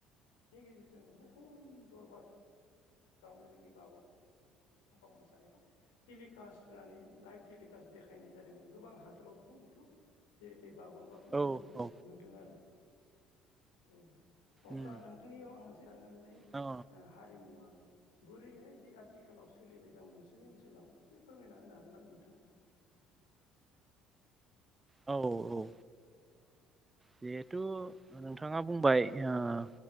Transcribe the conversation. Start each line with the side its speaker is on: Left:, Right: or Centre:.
Left: नि गेजेरजों बुहुम दरबारावनो जोंनि बागुरुम् बा मोसानायखौ टिलिकास्ट होनानै लाइभ टेलिकास्ट देखायनाय जादोंमोन गोबां हादरावबो बे खौ जेरै बागुरुम्बाखौ
Right: औ
Left: दोहौखौ
Right: औ
Left: नुदों आरो औ अब्ला
Right: औ
Left: नोंथांनियाव आं मोनसे हाननो लुनाय
Right: अ औ
Left: हारिमुवा बोरैहायदि आथिखालाव सोलिबाय दं नोंसोरनि ओनसोलाव एसे फोरमायना होनो हागोन ना नोंथाङा
Right: औ औ औ ओ जिहेतु नोंथाङा बुंबाय ओह